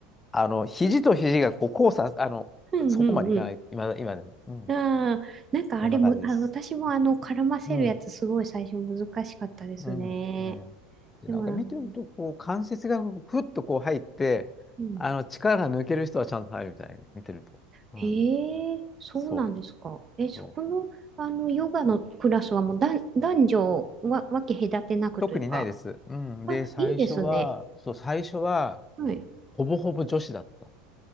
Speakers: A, on the left; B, on the right.
A: あの、肘と肘がこう交差、あの、
B: うんうんうん。
A: そこまでいかない、今だ、今でも。うん。
B: ああ、なんかあれむ、
A: そんな感じです。
B: あ、私もあの、絡ませるやつすごい最初難しかったですね。
A: うん、うん、うん。で、
B: でもなんか、
A: なんか見てると、こう、関節がふっとこう入って、
B: うん。
A: あの、力が抜ける人はちゃんと入るみたいに、見てると。
B: へえ、
A: うん。
B: そうなんですか。
A: そ
B: え、そこの、
A: う。そう。
B: あの、ヨガのクラスはもう男、男女は、分け隔てなくというか、
A: 特にないです。うん。
B: あ、
A: で、最初は、
B: いいですね。
A: そう、最初は、
B: はい。
A: ほぼほぼ女子だった。